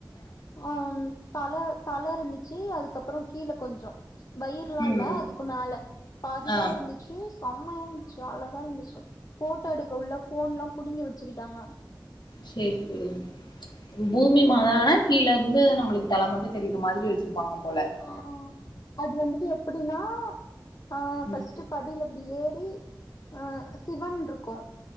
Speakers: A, on the left (about 45°); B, on the left (about 70°).
A: ஆ ம் தல தல இருந்துச்சு அதுக்கப்புறோ கீழ கொஞ்சோ வயிருலா
B: ம்
A: இல் ல அதுக்கு மேல பாதிதா
B: ஆ
A: இருந்துச்சு சம்மையா இருந்துச்சு அழகா இருந்துச்சு ஃபோட்டோ எடுக்க உள்ள ஃபோன்லா புடுங்கி வச்சுக்கிட்டாங்க
B: சேர் சேரிங்க பூமிமாதானா கீழ இருந்து நம்மளுக்கு தல மட்டு தெரிற மாதிரி வச்சிருப்பாங்க போல
A: ஆ அது வந்துட்டு எப்புடினா ஆ
B: ம்
A: ஃபஸ்ட்டு படில இப்டி ஏறி அ சிவன்ட்ருக்கு